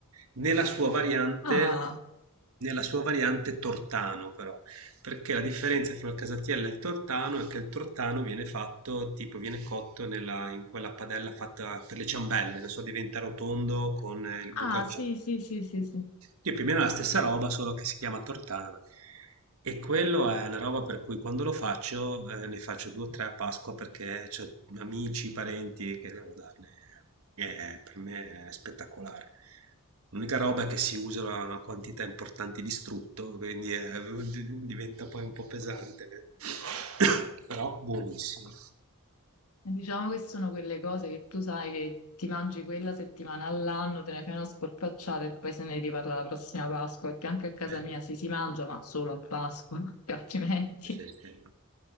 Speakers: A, on the right (about 70°); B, on the left (about 75°).
A: Nella sua variante
B: Ah,
A: nella sua variante tortano però perché la differenza fra il casatiello e il tortano è che il tortano viene fatto, tipo viene cotto nella- in quella padella fatta per le ciambelle, non so, diventa rotondo con eh, il buco
B: ah,
A: al
B: sì, sì, sì, sì, sì.
A: sì, più o meno è la stessa roba, solo che si chiama tortana. E quello è una roba per cui quando lo faccio, eh, ne faccio due o tre a Pasqua perché c'ho amici, parenti che devo darne. E per me è spettacolare. L'unica roba è che si usa una una quantità importante di strutto, quindi è- <laughs> diventa poi un po' pesante. <coughs> Però buonissimo.
B: E Diciamo che sono quelle cose che tu sai che ti mangi quella settimana all'anno, te ne fai una sporpacciata e poi se ne riparla la prossima Pasqua, perché anche a casa
A: Cioè,
B: mia si si mangia, ma solo a Pasqua, <laughs> perché altrimenti...
A: Sì, sì.